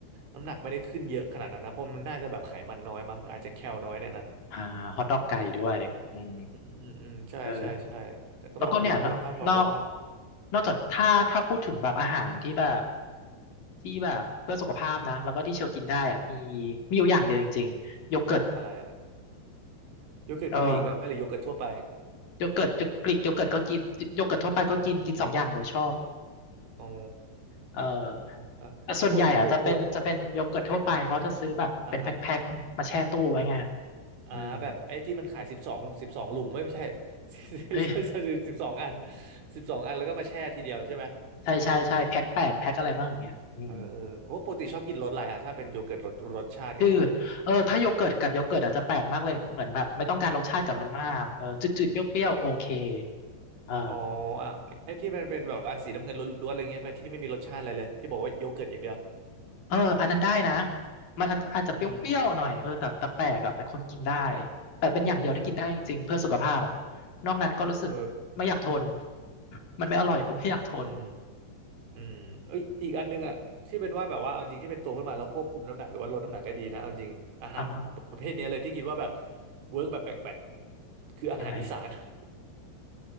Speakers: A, on the right; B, on the left.
A: น้ำหนักไม่ได้ขึ้นเยอะขนาดนั้นนะเพราะมันน่าจะแบบไขมันน้อยมั้งอาจจะแคลน้อยในนั้น
B: อ่าฮอทดอกไก่ด้วย อืม
A: อืมอืมอืมใช่ใช่ใช่แต่ก็ลองดูอะถ้าแบบว่าง
B: เออแล้วก็เนี่ยนอกนอกนอกจากถ้าถ้าพูดถึงแบบอาหารที่แบบที่แบบเพื่อสุขภาพนะแล้วก็ที่เชลกินได้อะมี
A: ๆอืม
B: มีอยู่อย่างเดียวจริงๆโยเกิร์ต
A: อะไรอะโยเกิร์ตกรีกไหมหรือโยเกิร์ตทั่วไป
B: เออโยเกิร์ตกรีกโยเกิร์ตก็กินโยเกิร์ตทั่วไปก็กินกินสองอย่างเลยชอบ
A: อ่าอ๋อ
B: เออ
A: เออแล้วปกปกปก
B: แต่ส่วนใหญ่อ่ะจะเป็นจะเป็นโยเกิร์ตทั่วไปเพราะจะซื้อแบบเป็นแพ็คๆมาแช่ตู้ไว้ไง
A: อ่ะอ่าฮะอ่าแบบไอ้ที่มันขายสิบสองสิบสองหลุมไม่ไม่ใช่
B: อืม
A: <laughs>
B: เฮ้ย
A: สิบสองอันสิบสองอันแล้วก็มาแช่ทีเดียวใช่ไหม
B: ใช่ใช่ใช่แพ็คแปดแพ็คอะไรบ้างอย่างเงี้ยอืม
A: เออเออโอ้ปกติชอบกินรสอะไรอ่ะถ้าเป็นโยเกิร์ตรสรสชาติเนี้ย
B: จืดเออถ้าโยเกิร์ตกับโยเกิร์ตอาจจะแปลกมากเลยเหมือนแบบไม่ต้องการรสชาติกับมันมากเออจืดๆเปรี้ยวๆโอเค
A: เออ
B: เออ
A: อ๋ออ่ะไอ้ที่มันเป็นแบบอันสีน้ำเงินล้วนๆอะไรเงี้ยไปที่ไม่มีรสชาติอะไรเลยที่บอกว่าโยเกิร์ตอย่างเดียว
B: เอออันนั้นได้นะมันอาจอาจจะเปรี้ยวๆหน่อยเออแต่แต่แปลกอะเป็นคนกินได้
A: อืม
B: แต่เป็นอย่างเดียวที่กินได้จริงๆเพื่อสุขภาพอะ
A: เออแปลก
B: นอกนั้นก็รู้สึกไม่อยากทน
A: เออ
B: มันไม่อร่อยก็ไม่อยากทน
A: อืมอืมเอ้ยอีกอันนึงอะที่เป็นว่าแบบว่าเอาจริงที่เป็นโตขึ้นมาแล้วควบคุมน้ำหนักหรือว่าลดน้ำหนักก็ดีนะเอาจริงอาหารประเภทเนี้ยเลยที่คิดว่าแบบ
B: อ่าฮะ
A: เวิร์กแบบแปลกๆ คืออาหารอีสาน
B: ยังไง
A: <laughs>